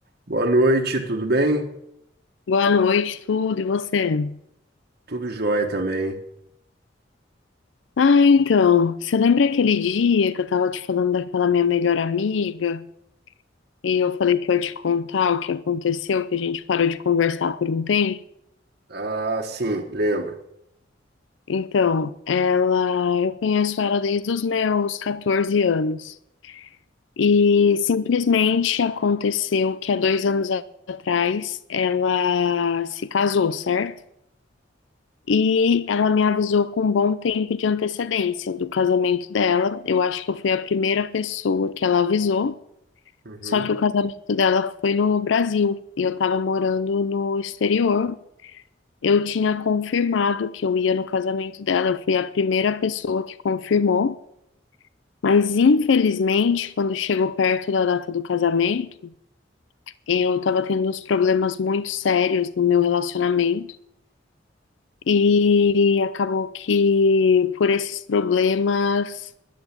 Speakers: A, on the right; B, on the left.
A: Boa noite, tudo bem?
B: Boa noite, tudo, e você?
A: Tudo jóia também.
B: Ah, então, você lembra aquele dia que eu tava te falando daquela minha melhor amiga e eu falei que eu ia te contar o que aconteceu, que a gente parou de conversar por um tempo?
A: Ah, sim, lembro.
B: Então, ela, eu conheço ela desde os meus 14 anos e simplesmente aconteceu que há dois anos a- atrás ela se casou, certo? E ela me avisou com um bom tempo de antecedência do casamento dela. Eu acho que eu fui a primeira pessoa que ela avisou.
A: Uhum.
B: Só que o casamento dela foi no Brasil e eu estava morando no exterior. Eu tinha confirmado que eu ia no casamento dela. Eu fui a primeira pessoa que confirmou. Mas infelizmente, quando chegou perto da data do casamento, eu estava tendo uns problemas muito sérios no meu relacionamento. E acabou que por esses problemas